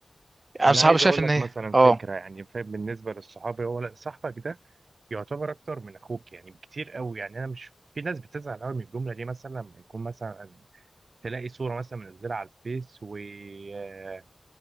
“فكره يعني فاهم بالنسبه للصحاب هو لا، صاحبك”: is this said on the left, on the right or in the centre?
Right